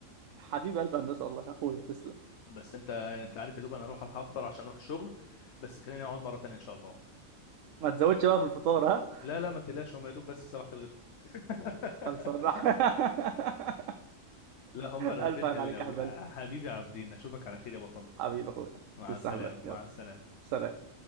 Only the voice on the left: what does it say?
بس انت انت عارف يا دوب انا اروح الحق افطر عشان اروح الشغل بس خلينا نقعد مره تانية ان شاء الله
لا لا ما تقلقش هم يا دوب بس سبحت الغفا <laughs>
لا هم رغيفين
حلوين
قوي
حبيبي يا عبدين اشوفك على خير يا بطل
مع
السلامه
مع
السلامه